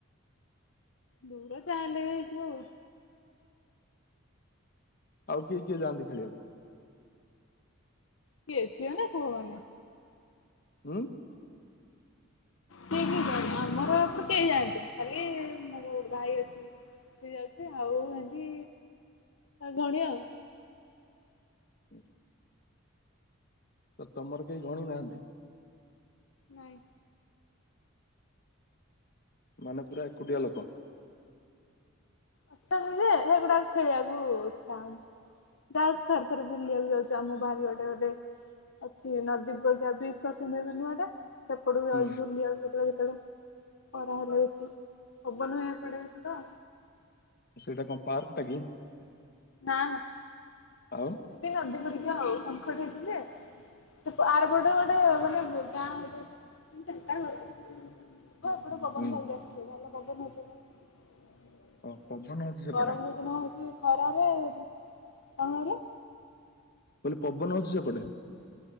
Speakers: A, on the left; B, on the left.
A: ଦୂର ଯାହା ହେଲେବି ହେଇଯିବ ଆଉ।
B: ଆଉ କିଏ କିଏ ଯାଆନ୍ତି ଖେଳିବାକୁ?
A: କିଏ ଝିଅ ନା ପୁଅ ମାନେ
B: ଉଁ
A: କିଏ କିଏ ଯାନ୍ତି ଆମର ଏପଟେ କେହି ଯାଆନ୍ତିନି ଖାଲି ମୋର ଗୋଟେ ଭାଇ ଅଛି। ସିଏ ଯାଉଚି ଆଉ ଏମତି ଭଉଣୀ ଆଉ।
B: <inaudible> ତ ତମର କେହି ଗଣି ନାହାନ୍ତି?
A: ନାଇଁ
B: ମାନେ ପୁରା ଏକୁଟିଆ ଲୋକ।
A: ଅଛନ୍ତି ଯେ ସେଗୁଡାକ ଖେଳିବାକୁ ଇଛା ହୋଉନି। ଯାହା ଥରେ ଥରେ ବୁଲିବାକୁ ଯାଉଚୁ ଆମ ବାରି ବାଟେ ଗୋଟେ ଅଛି ନଦୀ ପରିକା ବ୍ରିଜ କରଛନ୍ତି ଏବେ ନୂଆ ଟା ସେପଟକୁ ବି
B: ହୁଁ
A: ଯାଉଛି ବୁଲିବାକୁ କେତଳେ କେତଳେ। ଖରା ହେଲେ ବେଶୀ ପବନ ହୁଏ ଏପଟେ ବେଶି ତ।
B: ସେଇଟା କଣ ପାର୍କଟା କି?
A: ନାଁ ନାଁ।
B: ଆଉ।
A: ଏଟି ନଦୀ ପରିକା ଆଉ ସଙ୍ଖଟେ ହେଇଥିଲେ ଆରପଟ ଗୋଟ ଗହେ ମାନେ ବ ଗାଁ ହେଠି ତିନ ଚାରଟା ଘର। ଯିବ ହେପଟୁ ପବନ
B: ହୁଁ
A: ଖାଇକି ଆସିବେ ଭଲ ପବନ ହଉଚି ପରା।
B: ହଁ ପବନ ହଉଛି ସେପଟେ
A: ଗରମ ହେଦିନ ହେଇଛି ଖରାରେ କଣ କହିଲେ?
B: ସେ ପବନ ହଉଚି ସେପଟେ?